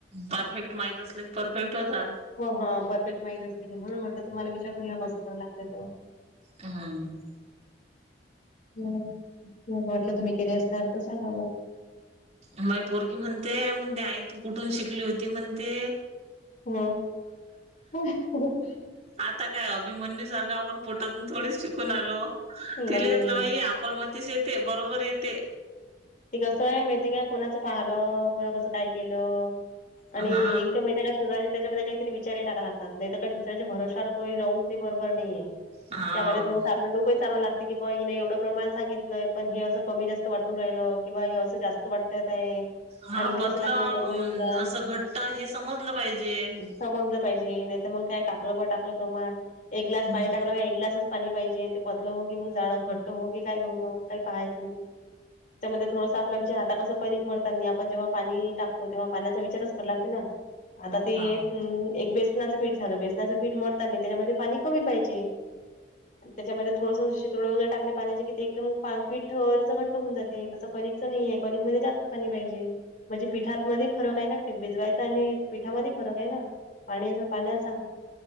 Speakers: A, on the right; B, on the left.
A: परफेक्ट माहित असलं, कि परफेक्ट होता.
B: हो हा परफेक्ट माहीत असते की, म्हणून म्हटलं तुम्हाला विचारून घ्याव काय लागतं त.
A: हा न.
B: हम मग म्हटलं, तुम्ही केले असता तर सांगा मग?
A: माय पोरगी म्हणते, म्हणते आई तू कुठून शिकली होती म्हणते.
B: ह अ ह ह
A: आता काय अभिमन्यू सारखा आपण पोटातून थोडीच शिकून आलो,
B: नाही
A: तिला यातलं
B: नाही.
A: बाई आपण म तसे येते, बरोबर येते.
B: ते कसं आहे माहितेय, का कुणाचं पाहलं कोणा कसं काय केलं आणि
A: हा
B: एक तर माहितेय <unintelligible> त्याच्यामध्ये काहीरी विचारही टाकाय लागतात, नाही तर काही दुसऱ्याच्या भरोशावर राहून ते बरोबर नाहीये.
A: हा
B: त्यामध्ये थोडंस आपलं डोकंही चालवं लागत <unintelligible> की बा हिने एवढं प्रमाण सांगितलंय पण हे असं कमी जास्त वाटून राहिललं <unintelligible> किंवा हे अ असं जास्त वाटतंय आता हे <unintelligible>
A: हा पतलं
B: असं टाकलेलं बरोबर येईल काय
A: असं घट्ट हे समजलं पाहिजे <unintelligible>
B: समजलं पाहिजे नाही तर मग काय टाकलं ब टाकलं प्रमाण एक ग्लास
A: हम्म
B: पाणी टाकलं का एक ग्लासच <unintelligible> पाणी पाहिजे ते पतलं हो की मग जाडं घट्ट हो की काही हो मग काही पाहायचं नाही <unintelligible> तिच्यामध्ये थोडस <unintelligible> आता कसं कणिक मळतानी आपण जेव्हा पाणी टाकतो तेव्हा पाण्याचा विचारच कराव लागत ना <unintelligible> आता ते
A: हा
B: एक बेसनाचं पीठ झालं बेसनाचं पीठ मरतानी त्याच्यामध्ये पाणी कमी पाहिजे <unintelligible> त्यामध्ये थोडस शिरोड वगैरे टाकल पाण्याचे कि ते एकदम पीठ <unintelligible> घट्ट होऊन जात ते तसं कणिकचं नाहीये कनिक मधे जास्त पााणी पाहिजे <unintelligible> म्हणजे पिठातमधे फरक हाय ना भिजवायचा आणि पिठामधे फरक हाय ना <unintelligible> पाणीज पाण्याचा